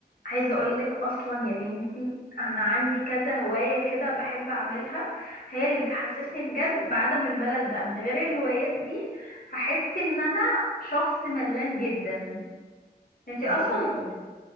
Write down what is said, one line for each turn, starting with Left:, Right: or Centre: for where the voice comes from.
Left: عايزة اقولك اصلا يا بنتي انا عندي كذا هواية كده بحب اعملها هي اللي بتحسسني بجد بعدم الملل ده من غير الهوايات دي هحس ان انا شخص ملان جدا انتي
Right: زي
Left: اصلا
Right: ايه بقى قولي